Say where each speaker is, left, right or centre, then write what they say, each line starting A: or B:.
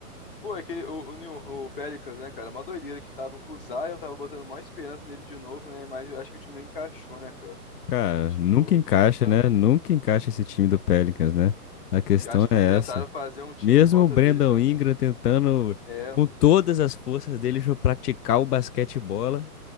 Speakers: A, on the left; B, on the left.
A: Pô, é que o, o, New- o Pelicans, né, cara, é uma doideira que tava com o Zion, eu tava botando maior esperança nele de novo, né, mas eu acho que o time não encaixou, né, cara,
B: Cara,
A: tipo,
B: nunca
A: o
B: encaixa,
A: time também...
B: né? Nunca encaixa esse time do Pelicans, né? A questão
A: E acho que
B: é
A: tentaram
B: essa.
A: fazer um time
B: Mesmo
A: em volta
B: o Brandon
A: dele também,
B: Ingram tentando,
A: é,
B: com todas as forças dele, jo- praticar o basquete bola,